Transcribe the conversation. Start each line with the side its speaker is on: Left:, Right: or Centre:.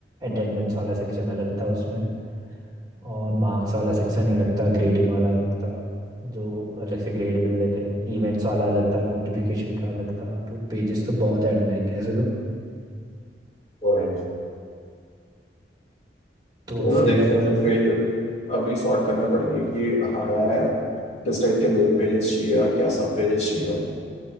Left: हम्म,
Right: अटेंडेंस वाला सेक्शन अलग था उसमें और मार्क्स वाला सेक्शन अलग था ग्रेडिंग वाला अलग था जो अलग से ग्रेड मिल रहे थे इवेंट्स वाला अलग था नोटिफिकेशन का अलग था तो पेजेस तो बहुत ऐड हो जाएंगे ऐसे तो
Left: तो है।
Right: तो
Left: तो
Right: फिर
Left: देखते
Right: अगर
Left: हैं जब पेजेस अभी सॉर्ट करने पड़ेंगे कि हमें किस टाइप के मेन पेजेस चाहिए क्या सब पेजेस चाहिए